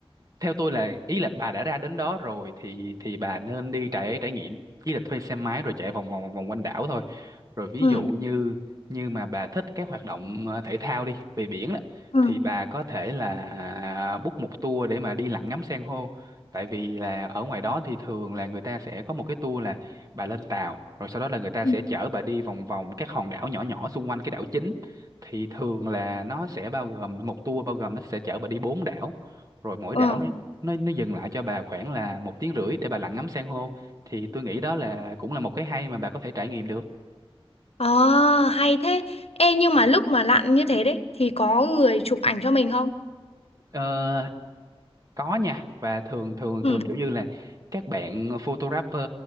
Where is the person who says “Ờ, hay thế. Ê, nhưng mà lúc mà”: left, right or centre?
Left